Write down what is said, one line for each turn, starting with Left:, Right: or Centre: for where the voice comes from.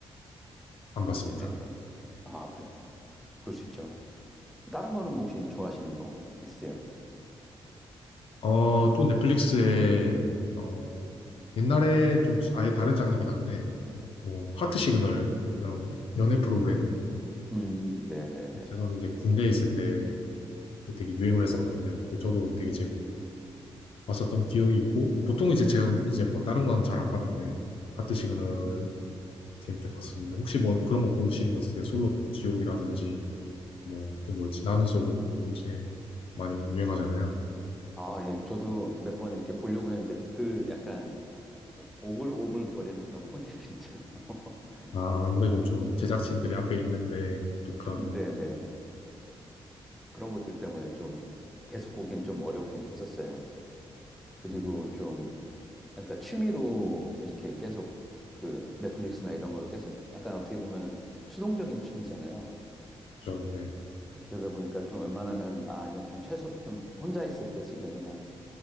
Left: 안 봤습니다.
Centre: 네네네. 아, 그랬구나. 그럴 수 있죠. 다른 거는 뭐 혹시 좋아하시는 거 있으세요?
Left: 어, 또 넷플릭스에, 어, 옛날에 좀 아예 다른 장르긴 한데, 뭐, 하트 시그널, 이런 연애 프로그램
Centre: 음, 네네네.
Left: 제가 이제 군대에 있을 때 그 되게 유행을 했었거든요. 그 저도 되게 재밌 봤었던 기억이 있고 보통 이제 제가 이제 뭐 다른 건 잘 안 봤는데 하트 시그널을 재밌게 봤었는데 혹시 뭐 그런 거 보시는 거 있으세요? 솔로 지옥이라든지 뭐 또 뭐 있지? 나는 솔로 요새 많이 유행하잖아요.
Centre: 아, 예, 저도 몇 번 이렇게 보려고 했는데, 그 약간 오- 오글오글 거리는 그런 포인트들 있잖아요. <laughs>
Left: 아 아무래도 좀 제작진들이 앞에 있는데 또 그런
Centre: 네네. 그런 것들 때문에 좀 계속 보긴 좀 어렵긴 했었어요. 그리고
Left: 음,
Centre: 좀, 그러니까 취미로 이렇게 계속 그 넷플릭스나 이런 걸 계속 약간 어떻게 보면은 수동적인 취미잖아요.
Left: 그렇죠. 네.
Centre: 그러다 보니까 좀 웬만하면, 아, 이건 좀 최소, 좀 혼자 있을 때 집에 그냥